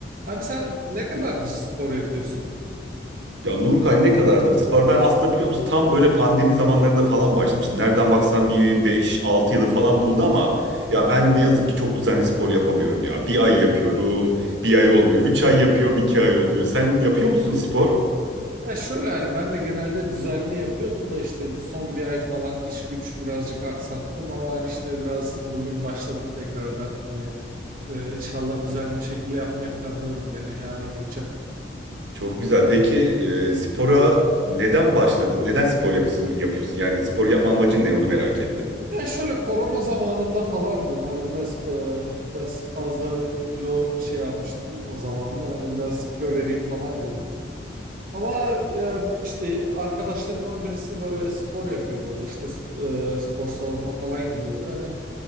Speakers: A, on the right (about 50°); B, on the right (about 75°).
A: Abi sen ne kadardır spor yapıyorsun?
B: Ya Nurkay ne kadardır Spar? Ben aslında biliyor musun tam böyle pandemi zamanlarında falan başlamıştım. Nereden baksan bir beş altı yılı falan buldu ama ya ben ne yazık ki çok düzenli spor yapamıyorum ya. Bir ay yapıyorum, bir ay olmuyor. üç ay yapıyorum, 2 ay olmuyor. Sen yapıyor musun spor?
A: Ya şöyle hani ben de genelde düzenli yapıyordum da işte bu son bir ay falan iş güç birazcık aksattım ama hani işte biraz bugün başladım tekrardan. Hani e, inşallah düzenli bir şekilde yapmayı planlıyorum gene yarın gideceğim.
B: Çok güzel. Peki e, spora neden başladın? Neden spor yapıyorsun, yapıyorsun? Yani spor yapma amacın ne? Onu merak ettim.
A: Ya şöyle korona zamanında falandım hani biraz e, biraz fazla kilo şey yapmıştım o zamanlar hani biraz kilo vereyim falan dedim. Ama e, işte arkadaşlarımdan birisi böyle spor yapıyordu. O da işte sp- e, spor salonuna falan gidiyordu. Hani